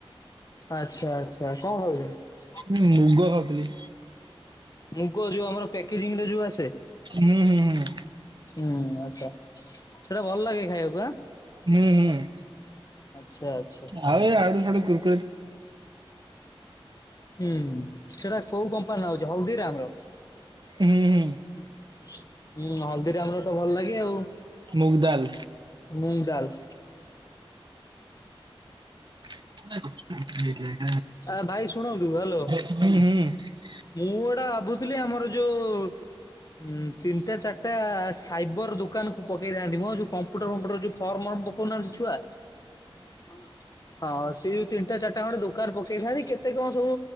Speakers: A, on the left; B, on the right.
A: ଆଛା ଆଛା। କଣ ଖାଉଛନ୍ତି?
B: ମୁଁ ମୁଗ ଖାଉଥିଲି।
A: ମୁଗ ଯୋଉ ଆମର ପ୍ୟାକେଜିଂରେ ଯୋଉ ଆସେ
B: ହୁଁ ହୁଁ ହୁଁ।
A: ହୁଁ ଆଛା। ସେଟା ଭଲ ଲାଗେ ଖାଇବାକୁ ଆଁ।
B: ହୁଁ ହୁଁ।
A: ଆଚ୍ଛା ଆଚ୍ଛା।
B: ଆଉ ୟାଡୁ ସ୍ୟାଡୁ କୁର୍
A: ହୁଁ ସେଟା କୋଉ କମ୍ପାନୀର ଆଉଚି ହଳଦୀ ରାମର?
B: ହୁଁ। ହୁଁ
A: ହୁଁ ହଳଦୀ ରାମର ତ ଭଲ ଲାଗେ ଆଉ।
B: ମୁଗ୍ ଦାଲ୍।
A: ମୁଙ୍ଗ ଡାଲ୍।
B: ନାଇଁ <unintelligible>
A: ଆ ଭାଇ ଶୁଣନ୍ତୁ ହାଲୋ।
B: ହୁଁ ହୁଁ।
A: ମୁଁ ଏଟା ଭାବୁଥିଲି ଆମର ଯୋଉ ଉଁ ତିନିଟା ଚାରିଟା ଆସ୍ ସାଇବର ଦୋକାନୁକୁ ପକେଇଥାନ୍ତି ମ ଯୋଉ କମ୍ପୁଟର ଫମ୍ପୁଟର ଯୋଉ ଫର୍ମ ମର୍ମ ପକଉନାହାନ୍ତି ଛୁଆ ହଁ। ହଁ ସେଇ ତିନିଟା ଚାରିଟା ଖଣ୍ଡେ ଦୋକାନ ପକେଇଥାନ୍ତି କେତେ କଣ ସବୁ